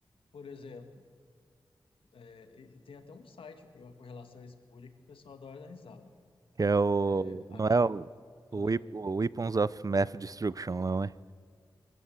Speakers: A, on the left (about 85°); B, on the right (about 40°).
A: Por exemplo, é, e- tem até um site para correlação espúria que o pessoal adora dar risada.
B: Que é o.
A: É, a
B: Não
A: ca...
B: é o,
A: ah,
B: o Wep- o Weapons of Math Destruction, não é?